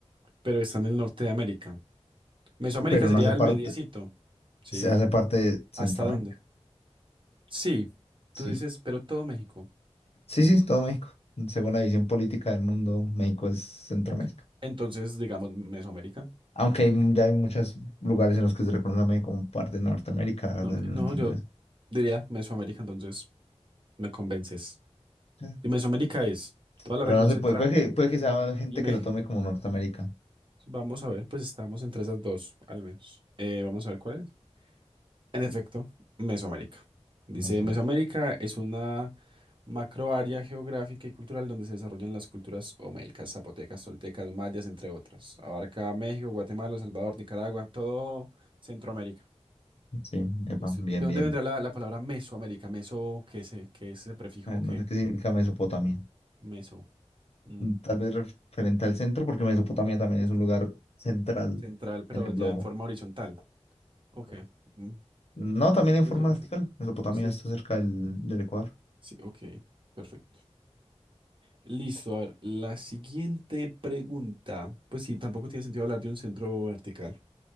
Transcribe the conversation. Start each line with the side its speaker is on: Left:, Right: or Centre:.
Right: Pero está en el norte de América. Mesoamérica
Left: pero
Right: sería
Left: no hace
Right: el
Left: parte,
Right: mediecito. ¿Sí?
Left: se hace parte de Centroamérica.
Right: ¿Hasta dónde? Sí. Tú
Left: Sí,
Right: dices, pero todo México.
Left: sí, sí, todo México. Según
Right: O-
Left: la división política del mundo, México es Centroamérica.
Right: ok. Entonces, digamos Mesoamérica.
Left: Aunque hay, mu- ya hay muchos lugares en los que se reconoce a México como parte de Norteamérica,
Right: No,
Left: la verdad, yo
Right: no,
Left: no entiendo
Right: yo
Left: eso.
Right: diría Mesoamérica, entonces me convences.
Left: Sí.
Right: Y Mesoamérica es toda la
Left: Pero
Right: región
Left: no se
Right: central
Left: puede, puede que, puede que sea gente
Right: y México.
Left: que lo tome como Norteamérica.
Right: Vamos a ver, pues estamos entre esas dos, al menos. Eh, vamos a ver cuál es. En efecto, Mesoamérica. Dice,
Left: Mesoamérica.
Right: Mesoamérica es una macroárea geográfica y cultural donde se desarrollan las culturas omelcas, zapotecas, toltecas, mayas, entre otras. Abarca México, Guatemala, El Salvador, Nicaragua, todo Centroamérica.
Left: Sí, epa,
Right: Listo.
Left: bien,
Right: ¿De dónde
Left: bien.
Right: vendrá la, la palabra Mesoamérica? Meso, ¿qué es, e- qué es ese prefijo
Left: A ver,
Right: que
Left: no sé qué significa Mesopotamia.
Right: Meso. Mm,
Left: Mm, Tal vez referente al centro, porque Mesopotamia también
Right: Cierto.
Left: es un lugar central
Right: Central, pero
Left: en el
Right: ya
Left: globo.
Right: en forma horizontal. Ok. mm,
Left: No, también en
Right: eso
Left: forma vertical.
Right: fue-
Left: Mesopotamia
Right: Sí,
Left: está cerca del, del Ecuador.
Right: sí, ok. Perfecto. Listo, a ver, la siguiente pregunta. Pues sí, tampoco tiene sentido hablar de un centro vertical,